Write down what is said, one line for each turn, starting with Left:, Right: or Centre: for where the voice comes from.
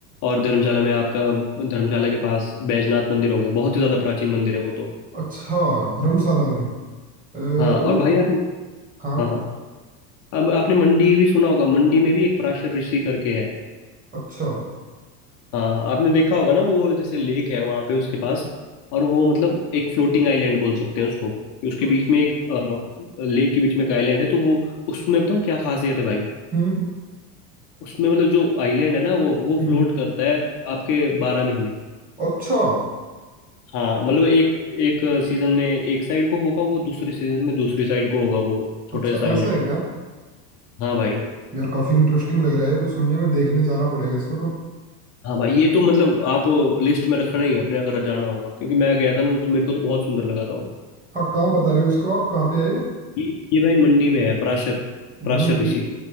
Left: और धर्मशाला में आपका धर्मशाला के पास बैजनाथ मंदिर हो गया बहुत ही ज्यादा प्राचीन मंदिर है वो तो
Right: अच्छा धर्मशाला में अ, और
Left: हाँ और भाई आप
Right: हाँ
Left: हाँ हाँ अब आपने मंडी भी सुना होगा मंडी में भी एक पराशर ऋषि करके है
Right: अच्छा
Left: हाँ आपने देखा होगा ना वो जैसे लेक है वहाँ पे उसके पास और वो मतलब एक फ्लोटिंग आइलैंड बोल सकते हैं उसको कि उसके
Right: अच्छा
Left: बीच में एक लेक के बीच में एक आइलैंड है तो वो उसमें बताऊँ क्या खासियत है भाई
Right: हम्म
Left: उसमें मतलब जो आइलैंड है ना वो वो
Right: हम्म,
Left: फ्लोट
Right: हम्म,
Left: करता है आपके बारह महीने
Right: अच्छा
Left: हाँ मतलब एक एक सीजन में एक साइड को होगा वो दूसरे सीजन में दूसरी साइड को होगा वो छोटा
Right: अच्छा
Left: सा आइलैंड
Right: ऐसा है क्या
Left: हाँ भाई
Right: यार काफी इंटरेस्टिंग लग रहा है ये तो सुनने में देखने जाना पड़ेगा इसको तो
Left: हाँ भाई ये तो मतलब आप लिस्ट में रखना ही है अपने अगर जाना होगा क्योंकि मैं गया था ना तो मेरे को तो बहुत सुंदर लगा था वो
Right: हाँ कहाँ बता रहे हो इसको आप कहाँ पे आए
Left: ये ये भाई मंडी में है पराशर पराशर
Right: मंडी
Left: ऋषि
Right: में